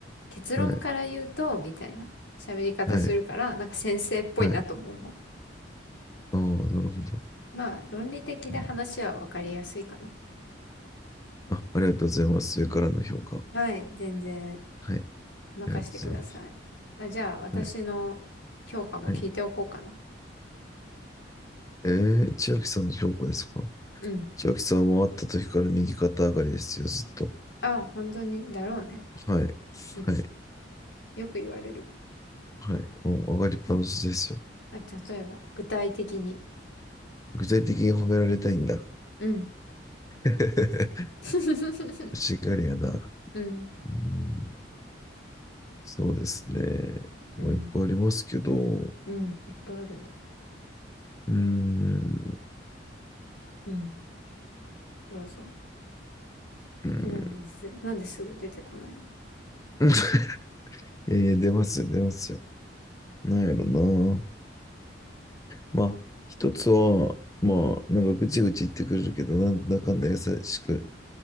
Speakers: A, on the left; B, on the left.
A: 結論から言うと、
B: はい、
A: みたいな喋り方するから、
B: はい、
A: なんか先生っぽいなとも思う。
B: はい。ああ、なるほど。
A: まあ、論理的で話は分かりやすいかな。
B: うんあ、ありがとうございます。上からの評価。
A: はい、全然。
B: はい、
A: 任せてください。
B: ありがとうございます。
A: あ、じゃあ、私の評価も聞いておこうかな。
B: はい、はい。えー、千秋さんの評価ですか
A: うん。
B: 千秋さんは会った時から右肩上がりですよ、ずっと。
A: あ、本当に、だろうね。
B: はい、
A: うん。
B: はい、
A: よく言われる。
B: はい。もう上がりっぱなしですよ。
A: あ、例えば、具体的に。
B: 具体的に褒められたいんだ。
A: うん。
B: <laughs> 欲
A: <laughs>
B: しがりやな。
A: うん。
B: うんそうですね。
A: うん。
B: まあ、いっぱいありますけど、う
A: うん。いっぱいあるんだ。
B: ーん、
A: うん。どうぞ。
B: うーん
A: え、なんでず、なんですぐ出てこないの
B: <laughs> えー出ますよ、出ますよ。なんやろな。まあ、一つは、まあ、
A: うん。
B: なんかぐちぐち言ってくれるけど、なんだかんだ優しく、